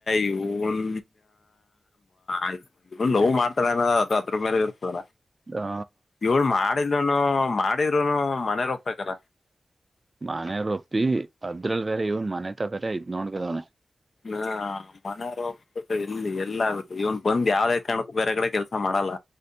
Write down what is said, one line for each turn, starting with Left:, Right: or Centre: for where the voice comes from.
Left: ಇವನ್ ಇ ನೋವು ಮಾಡ್ತಾರಏನ ಅದು ಅದ್ರ ಮೇಲೆ ಇರ್ತದ
Right: ಹಾ
Left: ಏಳ್ ಮಾಡಲ್ನು ಮಾಡಿದ್ರುನು ಮನೆ ರ ಹೋಗ್ಬೇಕಾರ
Right: ಮನೆ ರೊಪ್ಪಿ ಅದ್ರಲ್ಲಿ ಬೇರೆ ಇವ್ನ್ ಮನೆತ ಬೇರೆ ಇದ್ ನೋಡ್ಗದವನ
Left: ಹಾ ಮನ ರೋಗ ಎಲ್ಲಿ ಎಲ್ಲ ಇವನ್ ಬಂದ್ ಯಾವ್ದೇ ಕಾರಣಕ್ಕ ಬೇರೆ ಕಡೆ ಕೆಲ್ಸ ಮಾಡಲ್ಲ